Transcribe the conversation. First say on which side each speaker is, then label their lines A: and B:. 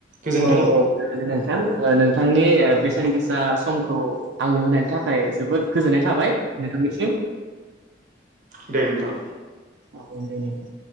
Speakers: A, on the right; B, on the right.
A: गोजोन्थों
B: औ औ दे नोंथां। ओ नोंथांनि ओ बेसेन गोसा समखौ आंनो होनायनि थाखाय जोबोद गोजोननाय थाबाय। नोंथांनिसिम
A: दे नोंथां।
B: अ ओं दे नोंथां।